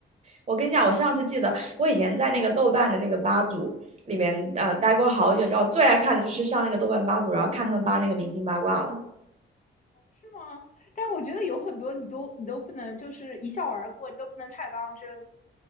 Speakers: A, on the right (about 35°); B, on the left (about 40°).
A: 我跟你讲，我上次记得我以前在那个豆瓣的那个吧组里面，呃，待过好久。你知道我最爱看的就是上那个豆瓣吧组，然后看他们扒那个明星八卦了。
B: 是吗？但我觉得有很多你都你都不能就是一笑而过，你都不能太当真。